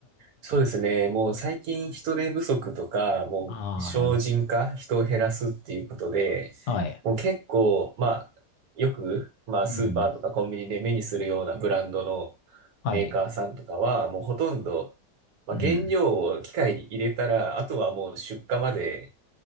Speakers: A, on the right; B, on the left.
A: そうですね。もう最近人手不足とか、
B: <laughs>
A: もう省人化、
B: ああ、なるほ
A: 人を減らすっていうことで、
B: ど。はい。
A: もう結構、まあ、よく、まあ、
B: うん。
A: スーパーとかコンビニで目にするようなブランドの
B: はい。
A: メーカーさんとかは、もうほとんど、まあ、
B: うん。
A: 原料を機械に入れたら、あとはもう出荷まで、